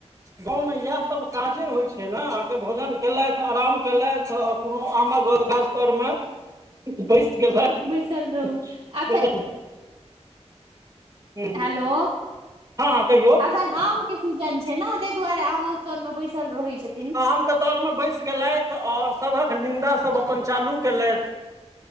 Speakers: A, on the right; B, on the right.
A: गाँवमे इएह सभ काजे होइत छै ने अहाँके भोजन केलथि आराम केलथि कोनो आमक गाछ तोर मे बैस गेलैथ
B: बैसल रहू
A: बुझल
B: अखन
A: ह
B: हेलो
A: हँ हँ कहियौ।
B: आम के सीजन छै ने ताहि दुआरे आम स्लमे बैसल रहैत छै।
A: आमके तौरमे बैसि गेलथि आओर सभक निन्दास सभ अपन चालू कयेलथि